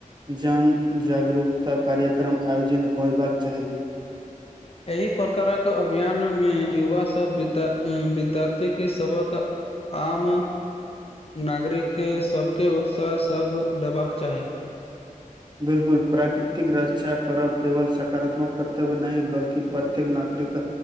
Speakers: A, on the right; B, on the left.
A: जन जागरूकता कार्यक्रम आयोजन होयबाक चाही
B: एहि प्रकारक अभियान मे युवा सब विद्या विद्यार्थीक सबक आम नागरिक के सबके उत्साह सब लेबाका चाही
A: बिल्कुल प्राकृतिक रक्षा करब केवल सकारात्मक कर्तव्य नहि बल्कि प्रत्येक नागरिक